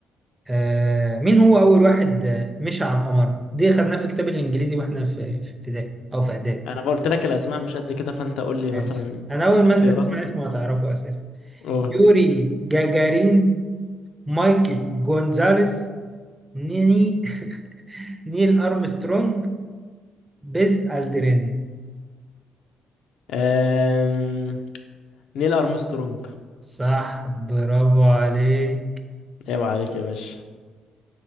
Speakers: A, on the right; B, on the left.
A: آه مين هو أول واحد آه، مشى على القمر؟ دي خدناها في الكتاب الإنجليزي وإحنا في في ابتدائي أو في إعدادي
B: انا قلت لك الاسماء مش قد كده فانت قول لي
A: ماشي
B: مثلا
A: أنا أول ما
B: اختيارات
A: أنت تسمع
B: بقى.
A: اسمه هتعرفه أساسا
B: قول
A: يوري جاجارين مايكل جونزاليس نيني <laughs> نيل أرمسترونج بيز ألدرين
B: أم... نيل ارمسترونج
A: صح برافو عليك
B: عيب عليك يا باشا